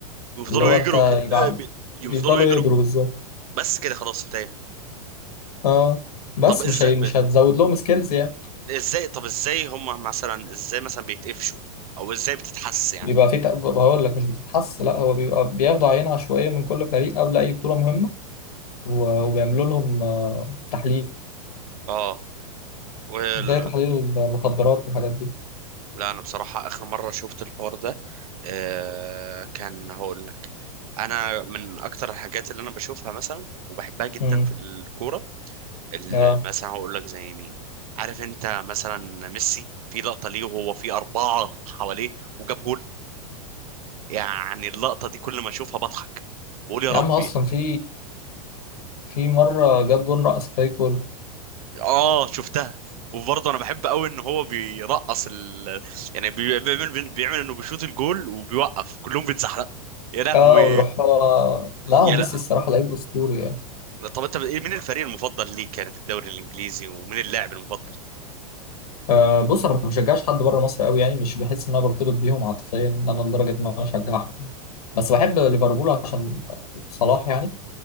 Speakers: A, on the right; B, on the left.
A: ويفضلوا
B: اللي هو
A: يجروا
B: انت
A: ك... آه،
B: يبقى عن-
A: بي- يفضلوا
B: يفضلوا
A: يجروا
B: يجروا بالظبط
A: بس كده خلاص انتهينا
B: اه بس
A: طب ازاي
B: مش هي...
A: ب...
B: مش هتزود لهم سكيلز يعني
A: آه، ازاي طب ازاي هم مثلا ازاي مثلا بيتقفشوا او ازاي بتتحس يعني
B: بيبقى في تق- هقول لك مش بتتحس لا هو بيبقى بياخدوا عينه عشوائيه من كل فريق قبل اي بطوله مهمه و- وبيعملوا لهم آه، تحليل
A: اه وال...
B: زي تحليل المخدرات والحاجات دي
A: لا انا بصراحة اخر مرة شفت الحوار ده آه... كان هقول لك انا من اكتر الحاجات اللي انا بشوفها مثلا وبحبها جدا
B: امم
A: في الكورة ال-
B: اه
A: مثلا هقول لك زي مين عارف انت مثلا ميسي في لقطة ليه وهو في أربعة حواليه وجاب جول يعني اللقطة دي كل ما اشوفها بضحك بقول يا
B: يا
A: ربي
B: عم اصلا في في مره جاب جون رقص الفريق كله
A: اه شفتها وبرضه انا بحب قوي ان هو بيرقص ال... يعني بي- بيعمل بيعمل انه بيشوط الجول وبيوقف كلهم بيتزحلقوا يا لهوي
B: اه ويروح هو لا هو
A: يا
B: ميسي
A: لا
B: الصراحه لعيب اسطوري يعني
A: طب انت ايه مين الفريق المفضل ليك يعني في الدوري الانجليزي ومين اللاعب المفضل
B: آه بص انا ما بشجعش حد بره مصر قوي يعني مش بحس ان انا برتبط بيهم عاطفيا ان انا لدرجه ان انا اشجعهم بس بحب ليفربول عشان صلاح يعني